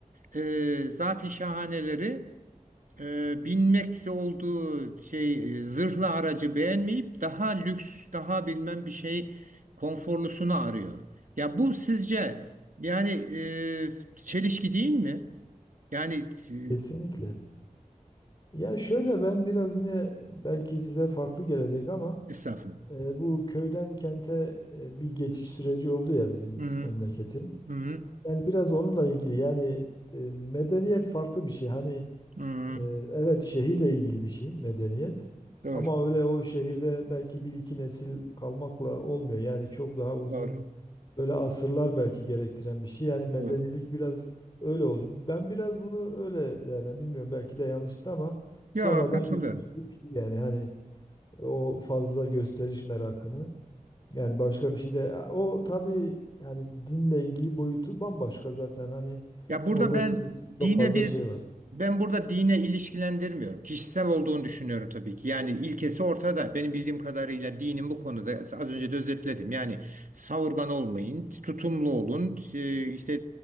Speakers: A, on the right; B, on the left.
A: e, zat-ı şahaneleri e, binmekte olduğu şey e, zırhlı aracı beğenmeyip daha lüks, daha bilmem bir şey konforlusunu arıyor. Ya bu sizce yani e, çelişki değil mi? Yani e,
B: Kesinlikle. Ya şöyle ben biraz yine belki size farklı gelecek ama
A: estağfurullah.
B: e, bu köyden kente e, bir geçiş süreci oldu ya bizim
A: Hı hı,
B: memleketin.
A: hı
B: Yani biraz onunla ilgili yani e, medeniyet farklı bir şey. Hani
A: hı. hı.
B: e, evet şehirle ilgili bir şey medeniyet.
A: Doğru,
B: Ama öyle o şehirde belki bir iki nesil kalmakla olmuyor. Yani çok daha uzun
A: doğru,
B: Böyle asırlar belki gerektiren bir şey. Yani medenilik
A: doğru.
B: biraz öyle oluyor. Ben biraz bunu öyle değerlendim. Bilmiyorum belki de yanlıştır ama sonradan
A: Ya katılıyorum.
B: görme gibi bir şey yani hani o fazla gösteriş merakını yani başka bir şey de o tabii yani dinle ilgili boyutu bambaşka zaten hani
A: Ya burada
B: orada
A: ben
B: söyleyecek çok
A: dine
B: fazla
A: bir
B: şey var.
A: ben burada dine ilişkilendirmiyorum. Kişisel olduğunu düşünüyorum tabii ki. Yani ilkesi ortada. Benim bildiğim kadarıyla dinin bu konuda az önce de özetledim. Yani savurgan olmayın, tutumlu olun. e, işte